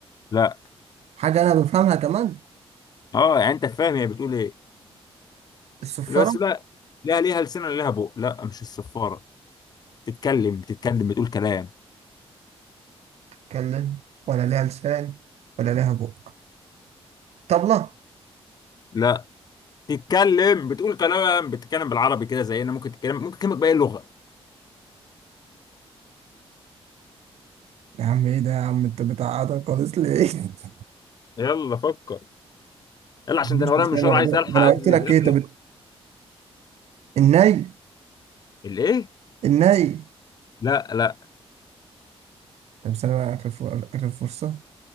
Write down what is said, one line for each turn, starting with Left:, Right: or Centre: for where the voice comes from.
Left: لا
Right: حاجة أنا بفهمها كمان
Left: اه يعني انت فاهم هي بتقول ايه
Right: الصفارة
Left: لا بس لا لا ليها لسان ولا ليها بق لا مش الصفاره بتتكلم بتتكلم بتقول كلام
Right: بتتكلم ولا لها لسان ولا لها بق طبلة
Left: لا تتكلم بتقول كلام بتتكلم بالعربي كده زينا ممكن تتكلم ممكن تكلمك بأي لغة
Right: يا عم إيه ده يا عم أنت بتعقدها خالص ليه؟ <laughs>
Left: يلا فكر يلا عشان
Right: مش
Left: ده انا ورايا
Right: لسان
Left: مشوار
Right: ولا
Left: عايز
Right: بق
Left: الحق
Right: ده أنا
Left: انزل
Right: قلت لك
Left: اخلص
Right: إيه طب الت- الناي
Left: الايه
Right: الناي
Left: لا لا
Right: طب استنى بقى آخر فر- آخر فرصة